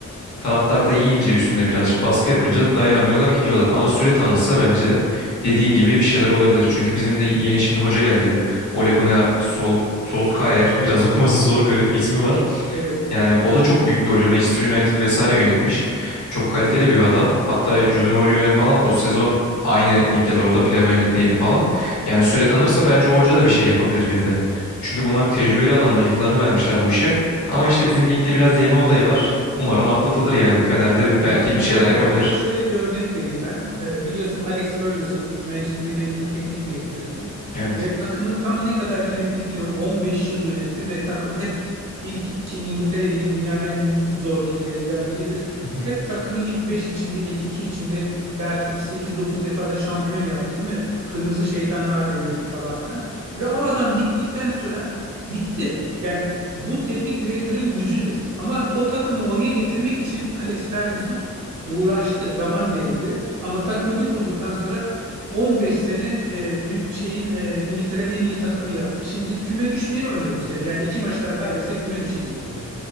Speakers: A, on the left (about 70°); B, on the right (about 80°).
A: Taraftar da yiyince üstüne birazcık baskı yapınca dayanamıyorlar gidiyorlar. Ama süre tanınsa bence dediğin gibi bir şeyler olabilir. Çünkü bizim de yeni şimdi hoca geldi. Ole Gunnar Sol Solskjaer biraz <laughs> okuması zor garip bir ismi var.
B: Evet.
A: Yani o da çok büyük bir hoca. Manchester United vesaire yönetmiş. Çok kaliteli bir adam. Hatta Jose Mourinho ile falan o sezon aynı ligdeler. O da Premier Lig'deydi falan. Yani süre tanırsa bence o hoca da bir şey yapabilir bizde. Çünkü bunlar tecrübeli adamlar. Yıllarını vermişler bu işe. Ama işte bizim ligde biraz yeme olayı var. Umarım atlatılır yani. Fener'de
B: Ya
A: belki
B: bak bu,
A: bir şeyler yapabilir.
B: bu konuda şöyle bir örnek vereyim ben. Ee, biliyorsun Alex Ferguson Manchester United'ın teknik direktörüydü
A: Evet.
B: ve takımı tam ne kadar yönettiğini bilmiyorum ama 15 yıl yönetti ve takım hep ilk ki İngiltere Ligi dünyanın en zor liglerinden biridir.
A: Hı
B: Hep
A: hı.
B: takımı ilk 5 içinde, ilk 2 içinde belki sekiz dokuz defada şampiyon yaptı değil mi? Kırmızı şeytanlar deniyordu falan filan. Ve o adam gittikten sonra bitti. Yani bu teknik direktörün gücüdür. Ama o takımı oraya getirmek için Alex Ferguson uğraştı, zaman verildi. Ama takımı bir kurduktan sonra 15 sene e, dü- şeyin e, İngiltere'nin en iyi takımı yaptı. Şimdi küme düşmeye oynuyor bu sene. Yani iki maç daha kaybetse küme düşecek gibi.